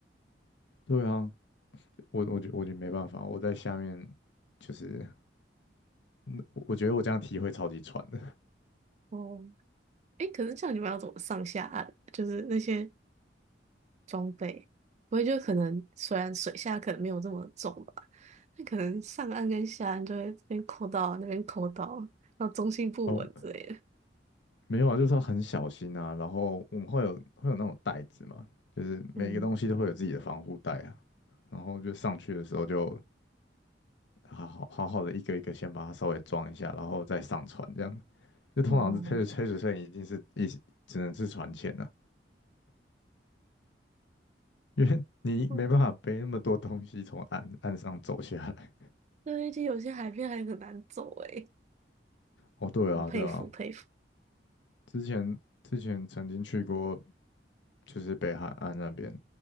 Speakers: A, on the left; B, on the right.
A: 对啊，我我觉我觉得没办法，我在下面就是，嗯我觉得我这样踢会超级喘的。
B: <laughs>，哦，诶，可是像你们要怎么上下岸？就是那些装备，不会就可能虽然水下可能没有这么重吧，那可能上岸跟下岸就会这边扣到那边扣到，然后中心不稳之类的。
A: <laughs> 哦，没有啊，就是要很小心啊。然后我们会有会有那种袋子嘛，就是每一个东西都会有自己的防护袋啊。
B: 嗯，
A: 然后就上去的时候就好好好好的一个一个先把它稍微装一下，然后再上船这样。就通常是黑水黑水摄影一定是一只能是船前了、
B: 哇，
A: 啊因为你没办法背那么多东西从岸岸上走下来。
B: 嗯，对，就有些海边还很难走诶，
A: 哦，对啊，
B: 很佩服佩服。
A: 对啊，之前之前曾经去过，就是北海岸那边，